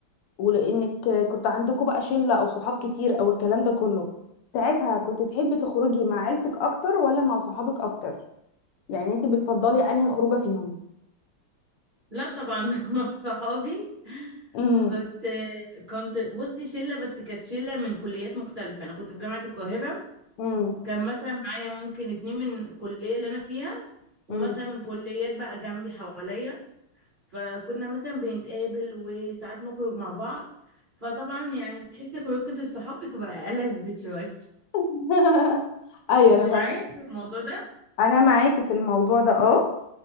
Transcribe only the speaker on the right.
لا طبعا <laughs> مع صحابي
كنت كنت بصي شله بس كانت شله من كليات مختلفه انا كنت في جامعه القاهره
كان مثلا معايا ممكن اتنين من الكليه اللي انا فيها ومثلا
من كليات بقى جنبي حواليا فكنا مثلا بنتقابل وساعات نخرج مع بعض فطبعا يعني تحسي خروجه الصحاب بتبقى <laughs> ألذ شويه
انت
معايا
في الموضوع ده